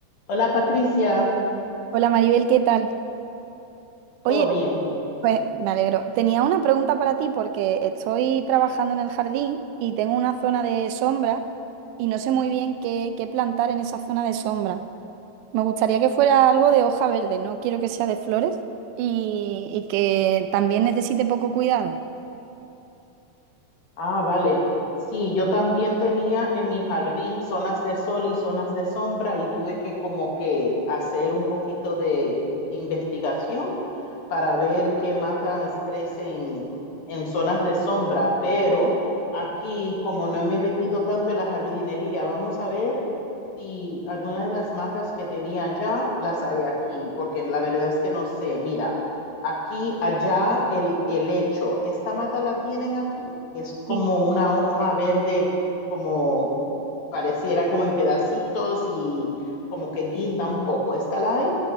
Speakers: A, on the left; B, on the right.
A: Hola Patricia,
B: Hola Maribel, ¿qué tal? Oye,
A: ¿todo bien?
B: pues me alegro. Tenía una pregunta para ti porque estoy trabajando en el jardín y tengo una zona de sombra y no sé muy bien qué, qué plantar en esa zona de sombra. Me gustaría que fuera algo de hoja verde, no quiero que sea de flores y, y que también necesite poco cuidado.
A: Ah, vale. Sí, yo también tenía en mi jardín zonas de sol y zonas de sombra y tuve que como que hacer un poquito de investigación para ver qué matas crecen en zonas de sombra, pero aquí como no me he metido tanto en la jardinería, vamos a ver si algunas de las matas que tenía allá las hay aquí, porque la verdad es que no sé. Mira. Aquí, allá, el, el hecho. Esta mata la tienen aquí. Es como
B: Y
A: una hoja verde, como pareciera como en pedacitos y como que guinda un poco. ¿Esta la hay?